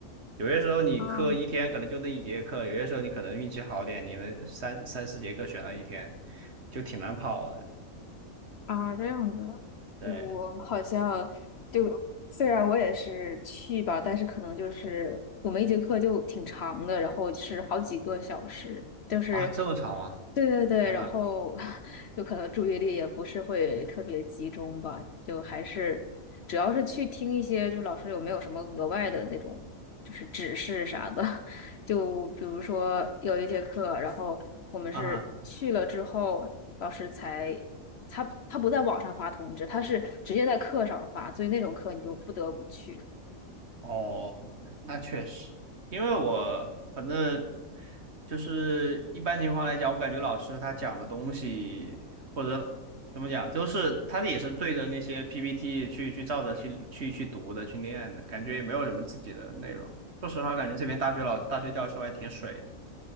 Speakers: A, on the right; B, on the left.
A: 有些时候你课一天可能就那一节课，
B: 啊。
A: 有些时候你可能运气好点，你能三三四节课选了一天，就挺难跑的。
B: 啊，这样子，
A: 对
B: 我好像就虽然我也是去吧，但是可能就是我们一节课就挺长的，然后是好几个小时，就是
A: 啊，这么长吗？
B: 对对对，
A: 天呐！
B: 然后 <laughs> 有可能注意力也不是会特别集中吧，就还是主要是去听一些，就老师有没有什么额外的那种就是指示啥的，<laughs> 就比如说有一节课，然后。我们是去了之后，
A: 啊哈。
B: 老师才他他不在网上发通知，他是直接在课上发，所以那种课你就不得不去。
A: 哦，那确实，因为我反正就是一般情况来讲，我感觉老师他讲的东西或者怎么讲，就是他也是对着那些 PPT 去去照着去去去读的去念的，感觉也没有什么自己的内容。说实话，感觉这边大学老大学教授还挺水。